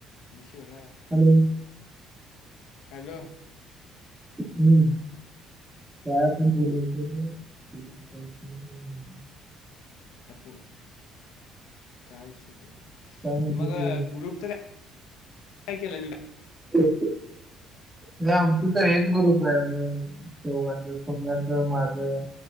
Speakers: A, on the left (about 80°); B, on the right (about 15°).
A: <unintelligible> वनारा
B: आणि
A: हॅलो.
B: हम्, काय आपण बोलत होतो रे <unintelligible>
A: आपण काय विशय, <unintelligible>
B: म्हणते
A: मग
B: ते
A: ग्रुपच काय? काय केलं <unintelligible>
B: <unintelligible> नाही आमचं तर हेच ग्रुप आहे, आ <unintelligible> चौघांचं सोन्याच माझं.